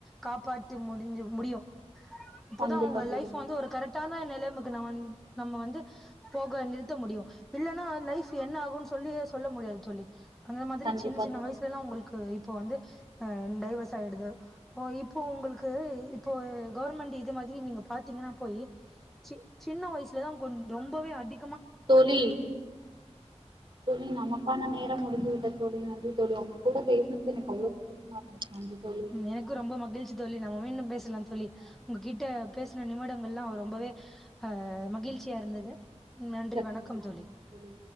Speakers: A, in the centre; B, on the right (about 45°).
A: காப்பாற்றி முடிஞ்சி முடியு இப்பதா
B: கண்டிப்பா
A: அவுங்க
B: தோழி
A: லைஃப் வந்து ஒரு கரெக்ட் டான நிலமக்கு நா வந்து நம்ம வந்து போக நிறுத்த முடியு இல்லனா லைஃப் என்ன ஆகுனு சொல்லி சொல்ல முடியாது தோழி அந்த மாரி
B: கண்டிப்பா
A: சின்ன சின்ன
B: தோ
A: வயசுலெல்லா அவுங்குளுக்கு இப்போ வந்து அ டைவஸ் ஆயிடுது ஓ இப்போ உங்களுக்கு இப்போ கவர்மெண்டு இது மாதிரி நீங்க பாத்தீங்கனா போயி சி சின்ன வயசுல தா கொண் ரொம்பவே அதி
B: தோழி தோழி நமக்கான நேரம் முடிந்து விட்டது தோழி நன்றி தோழி உங்க கூட பேசுனது எனக்கு அவ்ளோ சந்தோஷமா இருந்துச்சு நன்றி தோழி
A: ம் எனக்கு ரொம்ப மகிழ்ச்சி தோழி நம்ம மீண்டும் பேசலா தோழி உங்க கிட்ட பேசன நிமிடங்கள்லா ரொம்பவே அ மகிழ்ச்சியா இருந்தது நன்றி
B: சரி,
A: வணக்கம் தோழி
B: தோழி